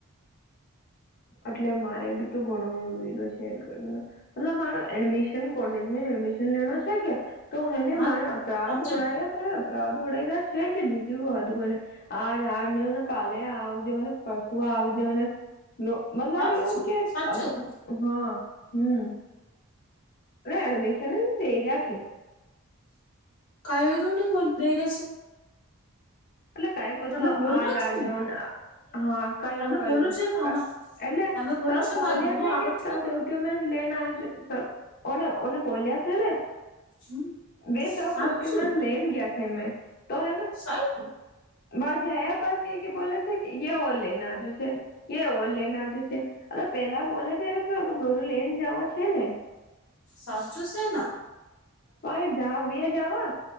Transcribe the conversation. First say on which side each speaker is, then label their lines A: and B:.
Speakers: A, on the left (about 45°); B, on the left (about 85°).
A: એટલે મારે બી તો ઘણો એવ વરો છે ઘરમા મતલબ મારો એડમિશન કોલેજમાં એડમિશન લેનો છે કે? તો હેને
B: હા
A: માણે અતરાધ
B: સાચું
A: ઓળાવયા તો અતરા્ ઓળાય્યા છે કે જીગ્યું હો હતું કોઈને આ જાણજ ને કાલે આવજો ને પરસુ આવજો ને, મતલબ
B: સાચું
A: એવું કે
B: સાચું
A: હા હમ, ના એડમિશન નહી દેરયા છે.
B: કઈન બોલઈ રહ છે
A: એટલે કઈ પતું
B: તમે બોલો
A: આજ
B: છો
A: આજો
B: ને
A: હા કરો
B: તમે
A: કઈ
B: બોલો છો આમાં
A: એટલે
B: તમે બોલો
A: સબ
B: છો
A: બોલ્યા
B: માં દૂરો
A: છે
B: આવો
A: કે
B: છો
A: શબદ ડ્યુમેન્ટ લેને સબ-' ઓને ઓને બોલ્યા છે ને
B: હમ
A: બે સબ
B: સાચું
A: ડોક્યુમેન્ટ લઈને ગયા તો હે ને
B: સાય તું
A: વા જયા બાદ એ કે બોલે છે એ ઓલ ને આજુ છે. એ ઓલેઈન આજુ છે અ પેલા બોલે તો એ ટું ગુરુ લઈને જવા છે ને
B: સાચું છે ના
A: અ જ બે જવા